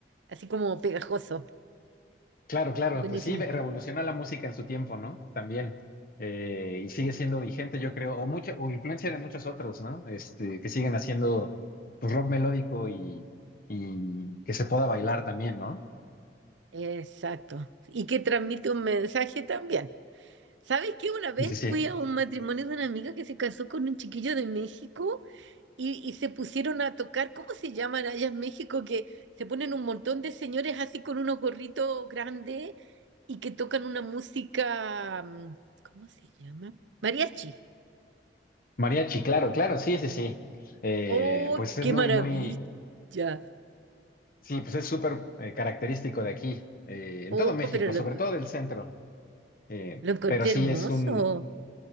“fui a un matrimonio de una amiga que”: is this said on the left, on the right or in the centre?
Right